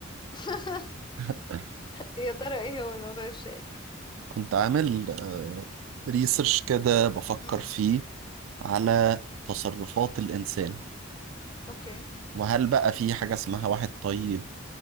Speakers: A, on the left; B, on the right.
A: <laughs>
B: <laughs>
A: يا ترى ايه هو الموضوع الشائك
B: كنت عامل ريسيرش كده بفكر
A: مم.
B: فيه على تصرفات الانسان
A: اوكي
B: وهل بقى في حاجة اسمها واحد طيب